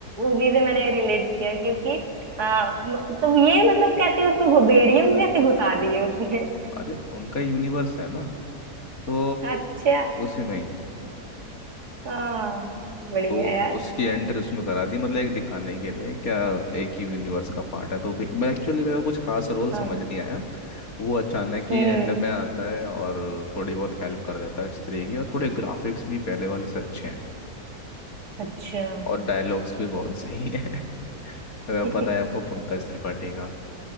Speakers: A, on the right; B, on the left.
A: उसी से मैंने रिलेट किया क्योंकि आ, म- तो ये मतलब कैसे उसको भेड़िए को कैसे घुसा दिए उसमें
B: अरे उनका यूनिवर्स है ना तो
A: <laughs> अच्छा
B: उसी में ही
A: हाँ बढ़िया
B: तो
A: यार
B: उसकी एंट्री उसमें करा दी मतलब एक दिखाने के लिए क्या एक ही यूनिवर्स का पार्ट है तो भी- मैं एक्चुअली मेरे को कुछ खास रोल समझ
A: हाँ
B: नहीं आया वो अचानक ही
A: हम्म
B: एंड में आता है और थोड़ी बहुत हेल्प कर देता है स्त्री की और थोड़े ग्राफिक्स भी पहले वाले से अच्छे हैं
A: अच्छा
B: और डायलॉग्स भी बहुत सही है <laughs> अगर
A: <laughs>
B: पता है आपको पंकज त्रिपाठी का